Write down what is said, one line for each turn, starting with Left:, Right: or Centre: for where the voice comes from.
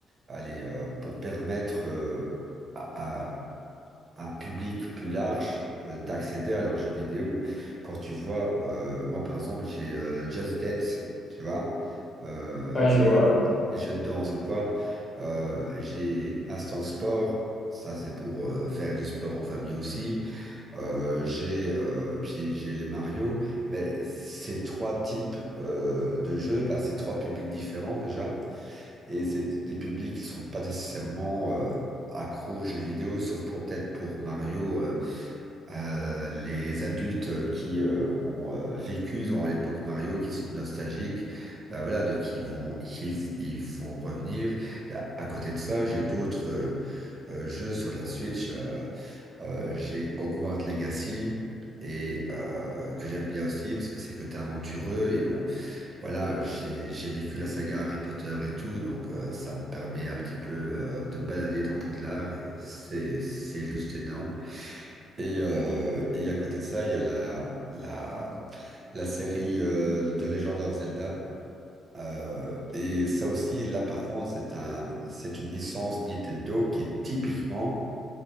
Right: aller euh, pour permettre euh, à, à un public plus large euh, d'accéder à leurs jeux vidéo. Quand tu vois, euh, moi par exemple, j'ai euh, Just Dance, tu vois, euh,
Left: Ouais, je
Right: les,
Left: vois, ouais.
Right: les jeux de danse ou quoi. Euh, j'ai Instant Sport. Ça, c'est pour euh, faire du sport en famille aussi. Euh, j'ai euh, puis j'ai les Mario, mais ces trois types euh, de jeux, bah, c'est trois publics différents déjà. Et c'est des publics qui sont pas nécessairement euh, accros aux jeux vidéo, sauf pour peut-être pour Mario, euh, euh, les adultes euh, qui euh, ont euh, vécu dans l'époque Mario, qui sont nostalgiques, bah voilà, de qui vont qui v- ils vont revenir. Bah, à côté de ça, j'ai d'autres euh, euh, jeux sur la Switch. euh, euh, j'ai Hogwarts Legacy. Et euh, que j'aime bien aussi parce que c'est le côté aventureux et bon voilà, j'ai j'ai vécu la saga Harry Potter et tout, donc euh, ça me permet un petit peu euh, de me balader dans Poudlard et c'est c'est juste énorme. Et, euh, et à côté de ça, il y a la la la série euh, de Legend of Zelda. Euh, et ça aussi, là par contre, c'est un c'est une licence Nintendo qui est typiquement